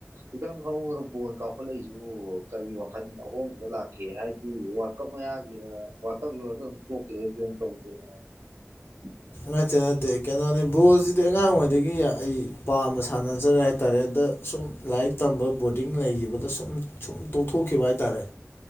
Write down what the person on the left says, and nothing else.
ꯅꯠꯇꯦ-ꯅꯠꯇꯦ ꯀꯩꯅꯣꯅꯤ ꯕꯣꯜꯁꯤꯗꯤ ꯑꯉꯥꯡꯋꯩꯗꯒꯤ ꯑꯩ ꯄꯥꯝꯅ ꯁꯥꯟꯅꯖꯔꯦ ꯍꯥꯏꯇꯥꯔꯦ ꯑꯗ ꯁꯨꯝ ꯂꯥꯏꯔꯤꯛ ꯇꯝꯕ ꯕꯣꯔꯗꯤꯡ ꯂꯩꯒꯤꯕꯗ ꯁꯨꯝ ꯁꯨꯝ ꯇꯣꯛꯊꯣꯛꯈꯤꯕ ꯍꯥꯏꯇꯥꯥꯔꯦ꯫